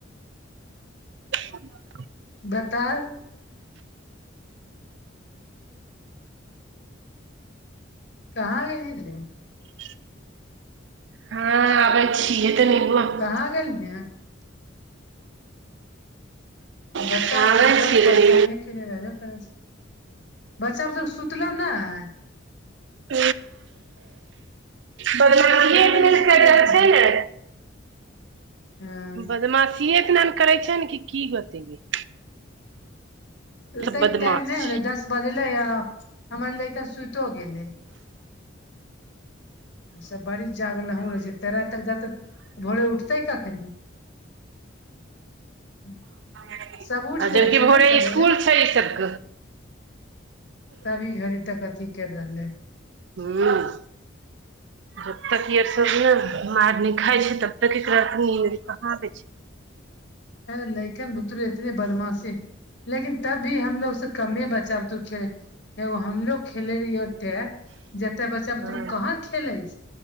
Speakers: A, on the right (about 65°); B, on the left (about 60°).
A: <inaudible>
B: बता कहाँ गेल्ही रे
A: <inaudible> हँ अे छियए तऽ निकब
B: काहाँ गेल्ही हे बच्चा
A: आबै
B: बूत्तर क सब
A: छियै
B: परेशाने
A: तनी
B: अकेले रहबे करै छै बच्चा <unintelligible> सुतलो नय
A: <inaudible> बदमासीए
B: कै
A: एतने
B: बजे स्कुल
A: कर
B: जेतौ
A: रहल छै ने
B: हँ
A: बदमाशिए इतना ने करै छै ने कि की बताइए
B: ओतैक
A: सब बदमाश
B: टाइम नय होलै
A: छै
B: दस बजले य हमर लेइका सुतो गेलै सब बारिश जागेलँ रहै छै ते राति तक जात भोरे उठतै कखन <inaudible>
A: <inaudible>
B: सब उठि जाइ
A: जबकि
B: छै
A: भोरे
B: ने सबेरे
A: इसकुल छै ई सबके
B: तभी घड़ी तक अथी कर रहले ह
A: <inaudible> <inaudible> घाय छै तब तक एकरा कहाँ आबे छै
B: अर लेइकन बुतरू इतने बदमाशी लेकिन तब भी हमलोग से कमे बच्चा बूत्तरू <unintelligible> एगो हम लोग खेले रहियै ओते जते बच्चा बुतरु
A: हँ
B: कहाँ खेलै छै